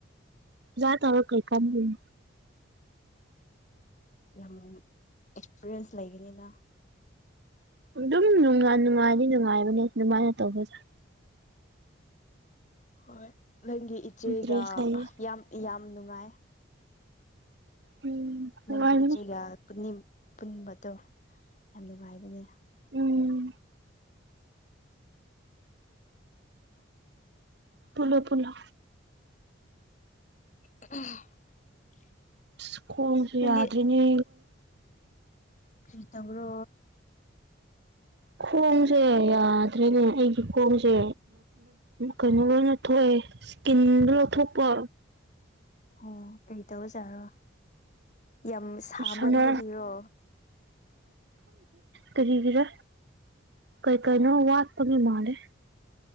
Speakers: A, on the right; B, on the left.
A: ꯌꯥ ꯇꯧꯔ ꯀꯩ ꯀꯝ ꯂꯩ
B: ꯌꯥꯝ ꯑꯦꯛꯁꯄꯤꯔꯤꯌꯦꯟꯁ ꯂꯩꯒꯅꯤꯅ
A: ꯑꯗꯨꯝ ꯅꯨꯡꯉꯥꯏꯗꯤ ꯅꯨꯡꯉꯥꯏꯕꯅꯦ ꯑꯗꯨꯃꯥꯏꯅ ꯇꯧꯕꯁꯦ
B: ꯍꯣꯏ ꯅꯪꯒꯤ ꯏꯆꯦꯒ
A: ꯏꯟꯇ꯭ꯔꯦꯁ ꯂꯩꯌꯦ
B: ꯌꯥꯝ ꯌꯥꯝ ꯅꯨꯡꯉꯥꯏ
A: ꯎꯝ
B: ꯅꯪꯒꯤ
A: ꯅꯨꯡꯉꯥꯏꯕꯅꯦ
B: ꯏꯆꯦꯒꯅꯤꯡ ꯄꯨꯟꯕꯗꯣ ꯌꯥꯝ ꯅꯨꯡꯉꯥꯏꯕꯅꯦ
A: ꯎꯝ ꯄꯨꯂꯣ ꯄꯨꯂꯣ
B: <inaudible>
A: ꯁꯀꯨꯜ
B: ꯅꯪꯗꯤ
A: ꯌꯥꯗ꯭ꯔꯤꯅꯤ
B: ꯀꯔꯤꯇꯕ꯭ꯔꯣ
A: ꯈꯣꯡꯣꯡꯁꯦ ꯌꯥ ꯑꯗꯨ꯭ꯔꯅꯦ ꯑꯩꯒꯤ ꯈꯣꯡꯁꯦ ꯀꯩꯅꯣ ꯑꯣꯏꯅ ꯊꯣꯛꯑꯦ ꯏꯁꯀꯤꯟꯗ ꯂꯧꯊꯣꯛꯄ
B: <inaudible> ꯑꯣ ꯀꯔꯤ ꯇꯧꯕꯖꯥꯔꯣ ꯌꯥꯝ ꯁꯥꯃꯟꯕꯒꯤꯔꯣ
A: ꯁꯅꯥ ꯀꯔꯤ ꯀꯔ ꯀꯩ ꯀꯥꯏꯅꯣ ꯋꯥꯠꯄ ꯃꯤ ꯃꯥꯂꯦ